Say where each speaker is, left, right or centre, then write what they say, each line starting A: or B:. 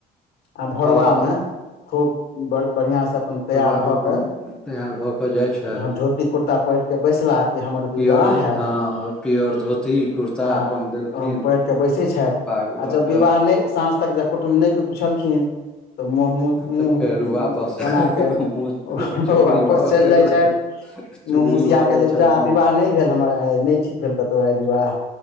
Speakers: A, on the left; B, in the centre.
A: आ भोरबा
B: हँ तकर
A: मे खूब ब बढ़िआँ सँ अपन तैयर
B: बादमे
A: भऽ
B: अपन
A: कऽ
B: तैयार भऽ कऽ जाइ छथि
A: हं घो धोती कुर्ता पहिर क बैसलाह। जे हमर
B: पियर
A: विवाह हैत
B: हँ पियर धोती कुर्ता
A: आ
B: अपन देलखिन
A: हम पढ़िके बैसै छथि।
B: पाग
A: आ
B: लऽ
A: जब विवाह
B: कऽ
A: नहि साँझ तक ज कुटुम्ब नहि कोइ पुछलखिन तऽ मँँ मूँह
B: तऽ फेर वापस
A: बना कऽ
B: मुँह
A: वापस
B: चुकरी भऽ
A: चलि
B: गेलनि
A: जाइत छथि।
B: चुकरी
A: मुसिया
B: भऽ
A: के
B: जाइ
A: जे
B: छथि
A: जा विवाह नहि भेल हमर आइ नहि ठीक भेल कतहु आइ विवाह।